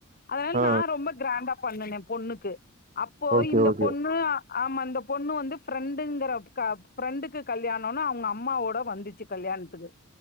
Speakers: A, on the left (about 40°); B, on the right (about 35°).
A: அதனால
B: ஆ,
A: நா ரொம்ப கிராண்டா பண்ண என் பொண்ணுக்கு அப்போ
B: ஓகே,
A: இந்த
B: ஓகே.
A: பொண்ணு ஆமா இந்த பொண்ணு வந்து ஃப்ரெண்டுங்குர ஃப்ரெண்டுக்கு கல்யாணம்னு அவுங்க அம்மாவோட வந்துச்சு கல்யாண்த்துக்கு